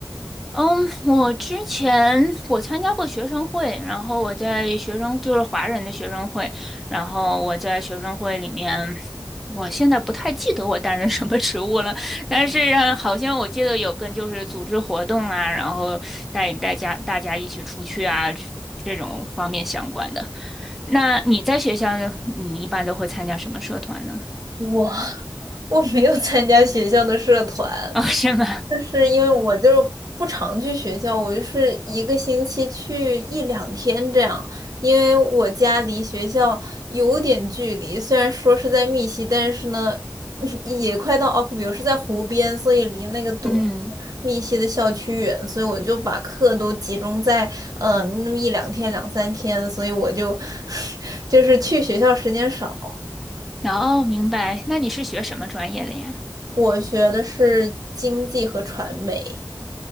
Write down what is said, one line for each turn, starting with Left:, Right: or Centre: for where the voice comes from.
Centre: 嗯，我之前我参加过学生会，然后我在学生就是华人的学生会，然后我在学生会里面，我现在不太记得我担任什么职务了，但是呃好像我记得有跟就是组织活动啊，然后带大家大家一起出去啊这这种方面相关的。那你在学校你一般都会参加什么社团呢？
Right: 我 <laughs> 我没有参加学校的社团，
Centre: <laughs> 哦，是吗？
Right: 就是因为我就是不常去学校，我就是一个星期去一两天这样，因为我家离学校有点距离，虽然说是在密西，但是呢，<laughs> 也快到奥克比尔，我是在湖边，所以离那个东
Centre: 嗯，
Right: 密西的校区远，所以我就把课都集中在嗯、呃那么一两天、两三天，所以我就 <laughs> 就是去学校时间少。
Centre: 哦，明白。那你是学什么专业的呀？
Right: 我学的是经济和传媒。